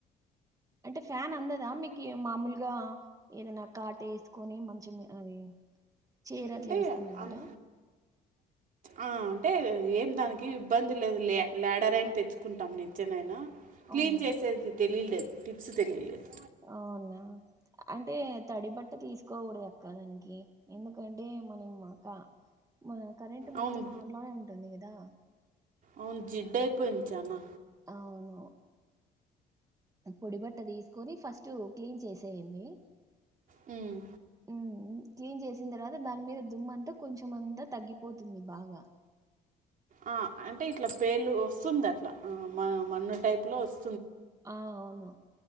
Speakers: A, on the right; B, on the right.
A: అంటే ఫ్యాన్ అందదా మీకీ మామూలుగా ఏదైనా కాటేసుకొని మంచం అది చీర
B: అంటే
A: అట్లా వేసుకున్నా
B: అన్
A: కూడా
B: ఆ అంటే ఏం దానికి ఇబ్బంది లేదు లే లాడర్ ఐన తెచ్చుకుంటాం నిచ్చనైనా క్లీన్
A: అవునులే
B: చేసేది తెలిలేదు టిప్స్ తెలిలేదు
A: అవునా అంటే తడి బట్ట తీసుకోకూడదు ఎప్ కాదానికి ఎందుకంటే మనంక్క మన కరెంట్
B: అవును
A: మొత్తం ఆన్ లోనే ఉంటుంది ద్ద
B: అవును జిడ్ అయిపోయింది చానా
A: అవును పొడి బట్ట తీసుకొని ఫస్ట్ క్లీన్ చేసేయండి
B: హ్మ్.
A: ఉమ్, క్లీన్ చేసిన తర్వాత దాని మీద దుమ్ అంతా కొంచెం అంతా తగ్గిపోతుంది బాగా
B: ఆ అంటే ఇట్లా పేలు వస్తుంది అట్లా మ మన్న టైప్ లో వస్
A: ఆ అవును